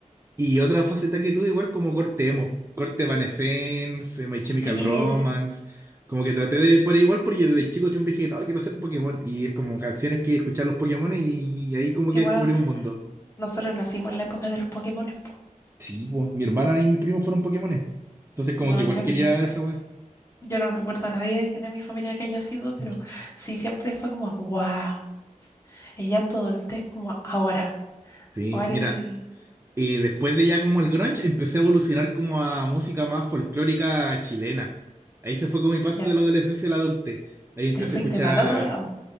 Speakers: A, on the right; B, on the left.
A: Y otra faceta que tuve igual como corte emo, corte Evanescence, eh, My Chemical
B: Sí,
A: Romance,
B: es
A: como que traté de por ahí igual porque desde chico siempre dije, no, quiero ser Pokémon, y es como canciones que escuchar los Pokémon y, y ahí como
B: que
A: que
B: igual
A: descubrí un mundo.
B: nosotros nacimos en la época de los Pokémones. po.
A: Sí, pues mi hermana y mi primo fueron Pokémones, entonces como
B: No,
A: que igual
B: yo
A: quería
B: no,
A: esa wea.
B: yo no recuerdo a nadie que de mi familia que haya sido, pero
A: Mm.
B: sí, siempre fue como, wow. Y ya en todo el test como ahora,
A: Sí,
B: ¿cuál?
A: mira, eh, después de ya como el grunge empecé a evolucionar como a música más folclórica chilena. Ahí se fue con mi paso
B: Ya
A: de la adolescencia a la adultez. Ahí empecé
B: te fuiste
A: a escuchar
B: para el otro lado.